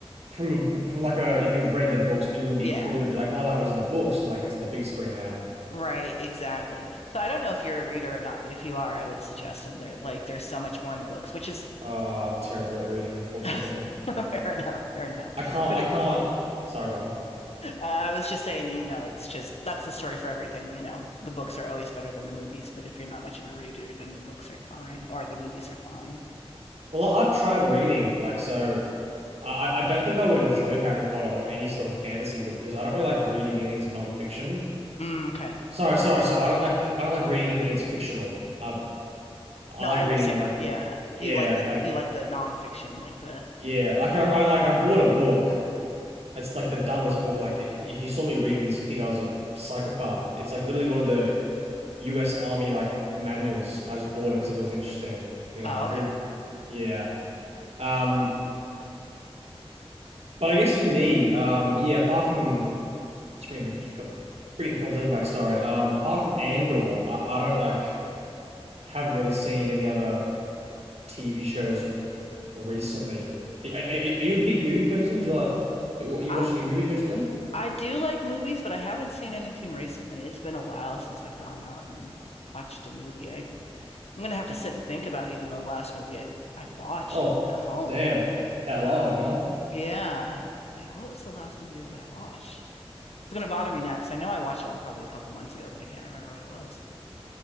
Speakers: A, on the right (about 80°); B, on the left (about 80°).
A: from a bo- from like a if you've read the books, it would be
B: yeah
A: cool to be like, oh, that was in the books, and like it's on the big screen now.
B: right exactly so I don't know if you're a reader or not but if you are I would suggest them they're like there's so much more in the books which is
A: Uh, I'm terrible at reading, unfortunately.
B: <laughs> Fair enough, fair enough.
A: I can't,
B: But
A: I
B: it,
A: can't. Sorry, go on.
B: uh, I was just saying, you know, it's just that's the story for everything. You know, the books are always better than the movies, but if you're not much of a reader, then the books are fine or the movies are fine.
A: Well, I've tried reading, like, so I, I don't think I would enjoy Harry Potter or any sort of fantasy book because I don't really like reading anything that's non-fiction.
B: Mm, okay.
A: Sorry, sorry, so I don't like I don't like reading anything that's fictional. I I
B: No,
A: like
B: I understand.
A: reading like
B: Yeah,
A: yeah,
B: you like the
A: like
B: you like the nonfiction, like the
A: yeah, like I, I like I bought a book. It's like the dumbest book. Like if you saw me reading this, you'd think I was a psychopath. It's like literally one of the U.S. Army like manuals. I just bought it because I thought it was interesting. You know,
B: oh,
A: like
B: okay.
A: who? Yeah. Um, But I guess for me, um, yeah, apart from just bringing the bringing the conversation back, sorry. Um, apart from Andor, I, I don't like haven't really seen any other TV shows recently. Are, are, are you a big movie person? Do you like what you
B: I
A: watch any movies recently?
B: I do like movies, but I haven't seen anything recently. It's been a while since I've gone out and watched a movie. I I'm gonna have to sit and think about even the last movie I I watched
A: Oh,
B: even at home.
A: damn, that
B: Um,
A: long, huh?
B: yeah. Like, what was the last movie that I watched? It's gonna bother me now because I know I watched one probably a couple months ago, but I can't remember what it was.